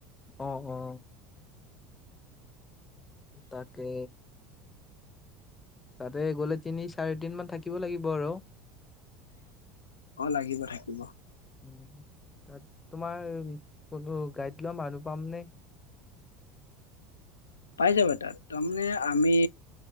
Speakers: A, on the left; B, on the left.
A: অ অ। তাকে। তাতে গলে তিনি চাৰি দিন মান থাকিব লাগিব আৰু।
B: অ লাগিব থাকিব।
A: উম তাত তোমাৰ কোনো গাইড লোৱা মানুহ পামনে?
B: পাই যাবা তাত তাৰমানে আমি